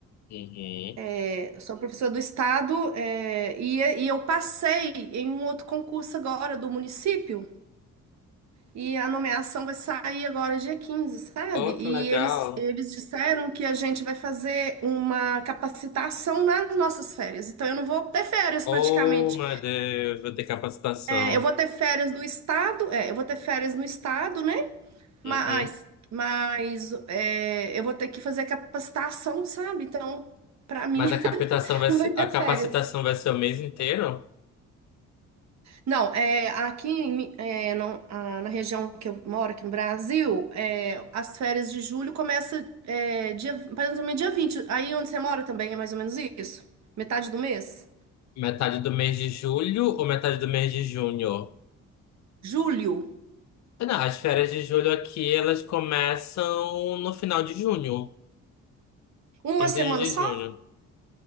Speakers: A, on the left; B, on the right.
A: Uhum.
B: É, Sou professora do Estado, é, e, e eu passei em um outro concurso agora do município, e a nomeação vai sair agora dia 15, sabe?
A: Oh,
B: E
A: que legal!
B: eles, eles disseram que a gente vai fazer uma capacitação nas nossas férias. Então, eu não vou ter férias
A: Oh,
B: praticamente.
A: meu Deus, vou ter capacitação.
B: É, eu vou ter férias no estado, é, eu vou ter férias no estado, né? Mas,
A: Uhum.
B: mas é, eu vou ter que fazer capacitação, sabe? Então, para mim,
A: Mas a captação
B: <laughs>
A: vai
B: não
A: ser,
B: vai ter
A: a capacitação
B: férias.
A: vai ser o mês inteiro?
B: Não, é, aqui em Mi- é, não- a- na região que eu moro, aqui no Brasil, é, as férias de julho começam é, dia, mais ou menos dia 20. Aí onde você mora também é mais ou menos isso? Metade do mês?
A: Metade do mês de julho ou metade do mês de junho?
B: Julho.
A: Não, as férias de julho aqui, elas começam no final de junho,
B: Uma
A: 15
B: semana
A: de
B: só?
A: junho.